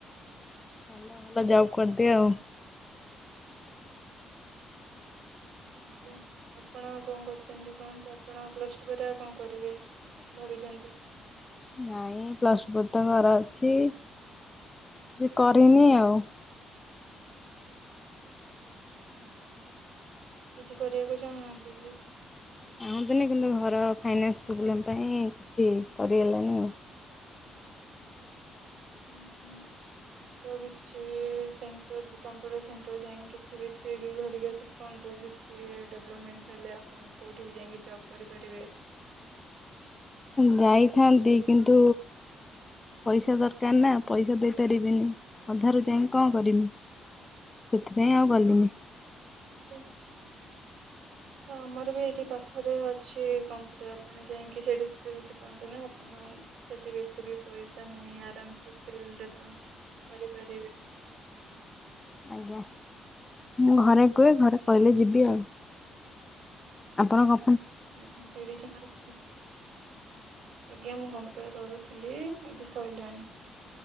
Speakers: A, on the left; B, on the right.
A: ଭଲ ଭଲ ଜବ କରିଦିଅ
B: ଆଜ୍ଞା, ଆପଣ କଣ କରୁଛନ୍ତି? କୁହନ୍ତୁ ଆପଣ ପ୍ଲସ୍ ଟୁ ପରେ ଆଉ କଣ କରିବେ ଭାବିଛନ୍ତି?
A: ନାଇଁ ପ୍ଲସ ବ୍ରତ ଘର ଅଛି, ଯେ କରିନି ଆଉ।
B: ଆଚ୍ଛା, କିଛି କରିବାକୁ ଚାହୁଁନାହାଁନ୍ତି କି?
A: ଚାହୁଁଥିଲି କିନ୍ତୁ ଘର ଫାଇନାନ୍ସ ପ୍ରୋବ୍ଲେମ ଟା ହିଁ ସେ କରି ହେଲାନି ଆଉ।
B: ଓହୋ ତ କିଛି ବି ସେଣ୍ଟର କମ୍ପ୍ୟୁଟର ସେଣ୍ଟର ଯାଇ କିଛି ବି ସ୍କିଲ୍ ହେରିକା ଶିଖନ୍ତୁ, କିଛି ଡେଭଲପମେଣ୍ଟ ହେଲେ ଆପଣ କୋଉଠି ବି ଯାଇକି ଜବ୍ କରିପାରିବେ।
A: ଯାଇଥାନ୍ତି କିନ୍ତୁ ପଇସା ଦରକାର ନା ପଇସା ଦେଇ ପାରିବିନି ଅଧାରୁ ଯାଇ କଣ କରିବି ଏଥିପାଇଁ ଆଉ ଗଲିନି।
B: ତ ତ ଆମର ବି ଏଇଠି ପାଖରେ ଅଛି କମ୍ପ୍ୟୁଟର ଆପଣ ଯାଇକି ସେଠି ସ୍କିଲ୍ ଶିଖନ୍ତୁ ନା ଆପଣ ସେଠି ବେଶୀ ବି ପଇସା ନାହିଁ ଆରାମ ସେ ସ୍କିଲ୍ ଡେଭଲପମେଣ୍ଟ କରିପାରିବେ।
A: ଆଜ୍ଞା ମୁଁ ଘରେ କୁହେ ଘରେ କହିଲେ ଯିବି ଆଉ। ଆପଣ କଣ
B: ଆଜ୍ଞା ସେଇଠି ଯାଆନ୍ତୁ ଆଜ୍ଞା ମୁଁ କମ୍ପ୍ୟୁଟର କରୁଥିଲି ଏବେ ସରିଲାଣି,